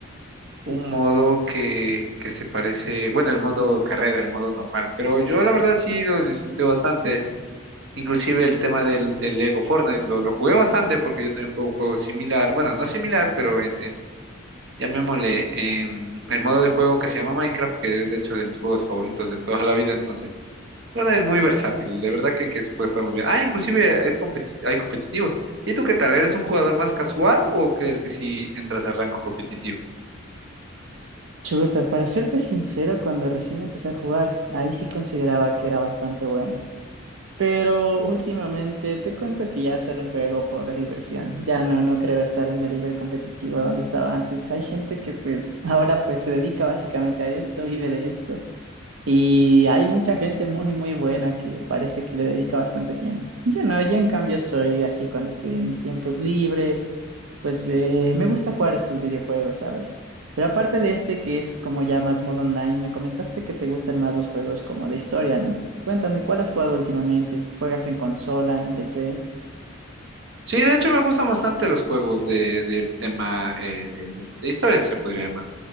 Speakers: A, on the right; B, on the right.
A: un modo que, que se parece, bueno, el modo carrera, el modo normal, pero yo la verdad sí lo disfruté bastante. Inclusive el tema del, del Lego Fortnite lo, lo jugué bastante porque yo también juego un juego similar, bueno, no similar, pero en, en llamémosle, em, el modo de juego que se llama Minecraft, que es de hecho de mis juegos favoritos de toda la vida, entonces, bueno, es muy versátil, de verdad que, que se puede jugar muy bien. Ah, inclusive es competi- hay competitivos. ¿Y tú qué tal? ¿Eres un jugador más casual o crees que sí entras al rango competitivo?
B: Chuta, para serte sincero, cuando recién empecé a jugar, ahí sí consideraba que era bastante bueno. Pero últimamente te cuento que ya solo juego por diversión. Ya no, no creo estar en el nivel competitivo donde estaba antes. Hay gente que pues ahora pues se dedica básicamente a esto, vive de esto. Y hay mucha gente muy, muy buena que parece que le dedica bastante tiempo. Yo no, yo en cambio soy así cuando estoy en mis tiempos libres, pues eh, me gusta jugar estos videojuegos, ¿sabes? Pero aparte de este que es como ya más modo online, me comentaste que te gustan más los juegos como de historia, ¿no? Cuéntame, ¿cuál has jugado últimamente? ¿Juegas en consola, en PC?
A: Sí, de hecho me gustan bastante los juegos de, del tema eh, de, de historia, se podría llamar.